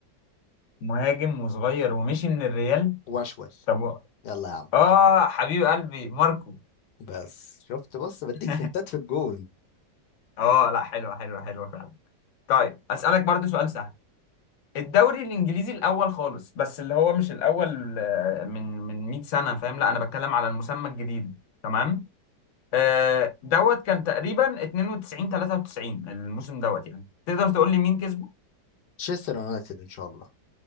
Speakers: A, on the left; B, on the left.
A: مهاجم وصغير ومشي من الريال
B: واشول
A: طب و-
B: يلا يا عم
A: اه حبيب قلبي ماركو
B: بس شفت بص بديك
A: <laughs>
B: هنتات في الجون
A: اه لا حلوة حلوة حلوة فعلا طيب اسألك برضو سؤال سهل الدوري الانجليزي الاول خالص بس اللي هو مش الاول آه، من من 100 سنه فاهم لا انا بتكلم على المسمى الجديد تمام آه، دوت كان تقريبا 92 93 الموسم دوت يعني تقدر تقول لي مين كسبه
B: تشيستر يونايتد ان شاء الله